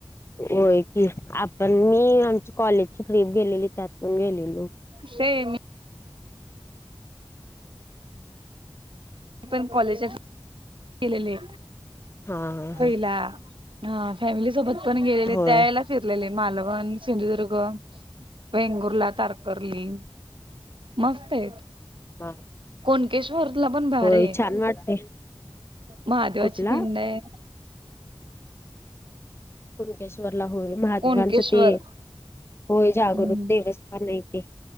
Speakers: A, on the left (about 30°); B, on the right (about 75°).
A: होय की आपण मी आमची कॉलेजची ट्रीप गेलेली त्यातून गेलेलो
B: शय मी पण कॉलेजात गेलेले,
A: हा हा
B: पहिला
A: हा
B: हा फॅमिली सोबत पण गेलेले
A: होय
B: त्या याळेला फिरलेले मालवण सिंधुदुर्ग वेंगुर्ला तारकरली मस्त आहेत
A: हा
B: कोणकेश्वरला पण भारी
A: होय
B: आहे
A: छान वाटते
B: महादेवाची
A: कुठला
B: पिंड आहे.
A: कुणकेश्वरला होय. महादेवांचं
B: कोणकेश्वर
A: ते होय जागरूक
B: हम्म
A: देवस्थान आहे ते.